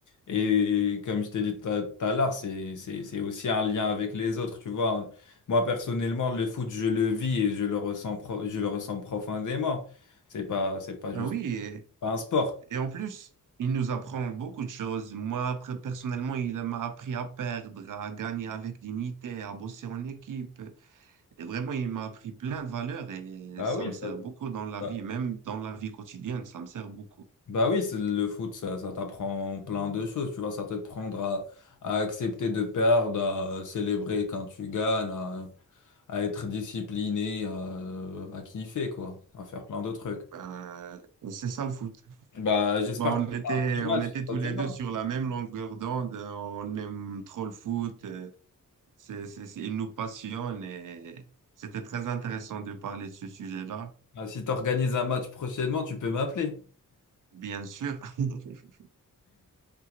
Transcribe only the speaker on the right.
Ah oui,
Et en plus, il nous apprend beaucoup de choses. Moi, après, personnellement, il m'a appris à perdre, à gagner avec dignité, à bosser en équipe. Et vraiment, il m'a appris plein de valeurs et
ça
me sert
beaucoup dans la
vie, même dans la vie quotidienne, ça me sert beaucoup.
Ben, c'est ça le foot.
Ben on
était,
on était tous
les deux sur la même longueur d'onde. On aime trop le foot. euh, C'est, c'est, c'est- il nous passionne et c'était très intéressant de parler de ce sujet-là,
bien sûr. <laughs>